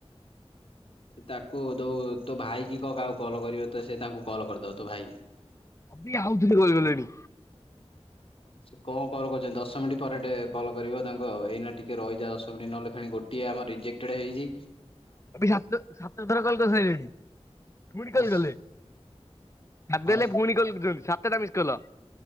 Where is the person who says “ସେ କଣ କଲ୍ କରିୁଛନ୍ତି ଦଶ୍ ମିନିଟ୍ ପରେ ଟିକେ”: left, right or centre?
Left